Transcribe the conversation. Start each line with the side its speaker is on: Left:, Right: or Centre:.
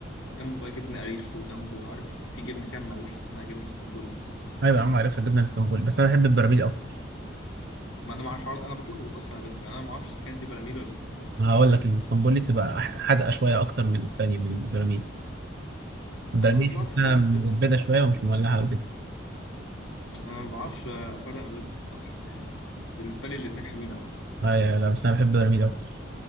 Left: جنبه بقى جبنه قريش وجنبه عارف في جبنه كده مملحه اسمها جبنه اسطنبولي
Right: ايوه يا عم عارفها الجبنه الاسطنبولي بس انا بحب البراميل اكتر
Left: ما انا ما اعرفش انا بتلخبط اصلا ما بينهم يعني انا ما اعرفش اذا كانت دي براميل ولا اسطنبولي
Right: ما هقول لك الاسطنبولي بتبقى أح- حادقه شويه اكتر من الثانيه من البراميل البراميل
Left: انا مش
Right: تحسها
Left: بعرف افرق
Right: مزبده
Left: ما بينهم الصراحه
Right: شويه ومش مولعه كده
Left: أنا ما بعرفش افرق ما بينهم الصراحه يعني بالنسبه لي الاتنين حلوين قوي
Right: ايوه لا بس انا بحب البراميل اكتر